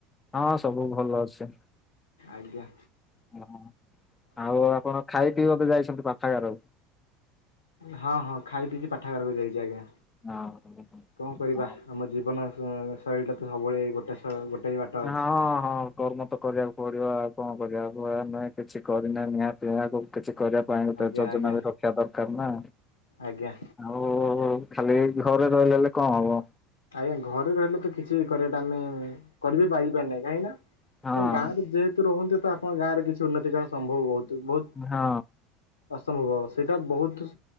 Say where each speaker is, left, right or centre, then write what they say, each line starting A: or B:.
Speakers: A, on the left; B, on the left.
A: ହଁ ସବୁ ଭଲ ଅଛି।
B: ଆଜ୍ଞା।
A: ହଁ ଆଉ ଆପଣ ଖାଇ ପିଇ ବୋଧେ ଯାଇଛନ୍ତି ପାଠାଗାରକୁ?
B: ହଁ ହଁ ଖାଇ ପିଇକି ପାଠାଗାରକୁ ଯାଇଛି ଆଜ୍ଞା।
A: ହଁ।
B: କଣ କରିବା
A: ହଁ।
B: ଆମ ଜୀବନ ଅଁ ଶୈଳୀଟା ତ ସବୁବେଳେ ଗୋଟେ ପ ଗୋଟେ ହି ବାଟ ଅଛି।
A: ହଁ ହଁ କର୍ମ ତ କରିବାକୁ ପଡିବ ଆଉ କଣ କରିବା କହିବାର ନାଇ କିଛି କରିନା ନିହାତି ନିଆ କିଛି କରିବା ପାଇଁ ଗୋଟେ
B: ଆଜ୍ଞା
A: ଯୋଜନା
B: ଆଜ୍ଞା
A: ବି ରଖିବା ଦରକାର ନା।
B: ଆଜ୍ଞା।
A: ଆଉ ଖାଲି ଘରେ ରହିଲେ ହେଲେ କଣ ହବ?
B: ଆଜ୍ଞା ଘରେ ରହିଲେ ତ କିଛି କରିବାଟା ଆମେ କରିବି ପାରିବା ନାଇଁ କାହିଁକି ନା
A: ହଁ
B: ଆପଣ ଗାଁ ରେ ଯେହେତୁ ରୁହନ୍ତି ତ ଆପଣ ଗାଁରେ କିଛି ଉନ୍ନତିକରଣ ସମ୍ଭବ ବହୁତୁ ବ
A: ହଁ।
B: ଅସମ୍ଭବ ସେଇଟା ବହୁତୁ